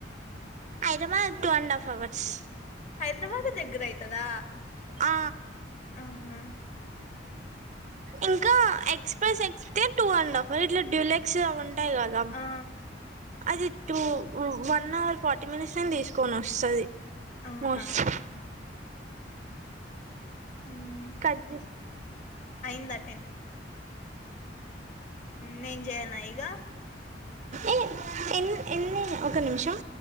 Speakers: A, on the right (about 40°); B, on the left (about 40°).
A: Hyderabad two and half hours
B: హైదరాబాదే దగ్గర అయితదా
A: ఆ
B: ఆహా
A: ఇంకా ఎక్స్ప్రెస్ ఎక్కితే టూ అండ్ హాఫ్ ఇట్లా డ్యూలెక్స్ అ టాయి కదా
B: ఆ!
A: అది two one hour forty minutes లనే తీసుకొని వస్తది
B: ఆహా!
A: మోస్ట్లీ
B: హ్మ్.
A: కట్ చేయ్
B: అయిందా నేం చేయనా ఇగ.
A: ఏ ఎన్ ఎన్ని ఒక నిమిషం.